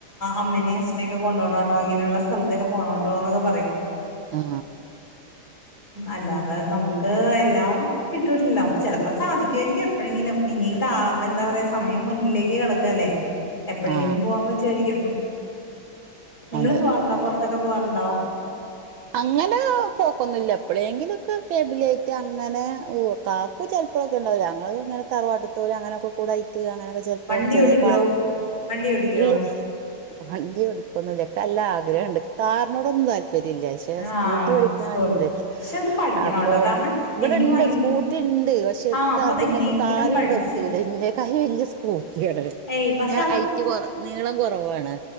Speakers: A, on the left (about 45°); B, on the right (about 75°).
A: അമ്മനേ അച്ഛനെയൊക്കെ കൊണ്ടു പോോണം കേട്ടോ ഇങ്ങനെയുള്ള സ്ഥലത്തൊക്കെ പോകണം കേട്ടോ എന്നൊക്കെ പറയും
B: ആ
A: അല്ലാതെ നമുക്ക് എല്ലാം കിട്ടൂില്ലല്ലോ ചിലപ്പോ സാധിക്കുവായിരിക്കും എപ്പോഴെങ്കിലും ഇനിയുംാവ എന്താ പറയാ സമയം മുന്നിലേക്ക് കിടക്കല്ലേ എപ്പോഴെങ്കിലും
B: ആ
A: പോവാൻ പറ്റുവമായിരിക്കും നിങ്ങള്
B: അതെ
A: പോവാറുണ്ടോ പുറത്തൊക്കെ പോവാറുണ്ടോ
B: അങ്ങനെ പോക്കൊന്നില്ല എപ്പോഴെങ്കിലുംൊക്കെ ഫാമിലിയിട്ട് അങ്ങനെ ഓ ചിലപ്പോഴൊക്കെണ്ടാവില്ല അഞങ്ങള്ങ്ങന തറവാ ട്ടത്തോര് അങ്ങനൊക്കെ കൂ ടി ആയിട്ട് അങ്ങനെ ക്കെ ചെല് പ്പോ
A: വണ്ടി
B: പോകും ചെറിയ
A: ഓടിക്കുവോ
B: പാർക്ക്
A: വണ്ടി ഓടിക്കുവോ
B: ഇൽ വണ്ടി ടിക്കൊന്നക്കെ അല്ല ആഗ്രഹംുണ്ട് കാർണോട ൊന്നും താല്പര്യം ഇല്ല പക്ഷെ സ്കൂട്ടി
A: ആഹ്
B: പഠിക്കാനുണ്ട്
A: സ്കൂൾ പക്ഷെ അത് പഠിക്കണം
B: അപ്പൊ
A: കേട്ടോ കാരണം
B: ഇവിടെണ്ട്
A: എനിക്ക് ഭയ
B: സ്കൂട്ടി ഉണ്ട് പക്ഷെക്കെ
A: ആഹ് അപ്പത്
B: അത്മക്ക്
A: എങ്ങനെയെങ്കിലും
B: കാല്
A: പഠിച്ച്
B: ങ്ങട് എത്തുല എന്നെക്കാളു വലിയ സ് സ്കൂട്ടിയാണ്
A: ഏയ് പക്ഷെ
B: ഞാൻ ഐറ്റ് കൊറ നീളം കുറവാണ്